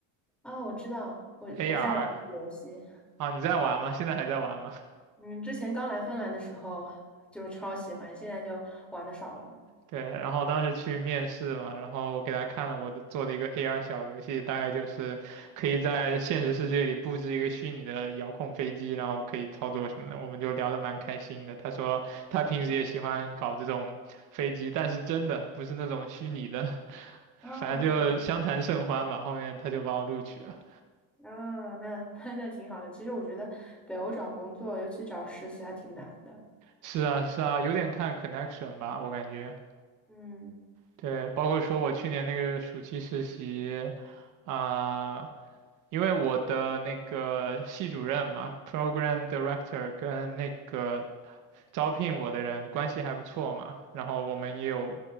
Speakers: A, in the centre; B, on the right.
A: 啊，我知道，我我在玩这个游戏。
B: AR 啊，你在玩吗？现在还在玩吗？
A: 嗯，之前刚来芬兰的时候就是超喜欢，现在就玩的少了。
B: 对，然后当时去面试嘛，然后我给他看了我的做的一个 AR 小游戏，大概就是可以在现实世界里布置一个虚拟的遥控飞机，然后可以操作什么的，我们就聊得蛮开心的。他说他平时也喜欢搞这种飞机，但是真的不是那种虚拟的，<laughs>
A: 啊
B: 反正就相谈甚欢吧。后面他就把我录取了。
A: 啊，那 <laughs> 那挺好的。其实我觉得北欧找工作，尤其找实习还挺难的。
B: 是啊，是啊，有点看 connection 吧，我感觉。
A: 嗯
B: 对，包括说我去年那个暑期实习。啊、因为我的那个系主任嘛，program director 跟那个招聘我的人关系还不错嘛，然后我们也有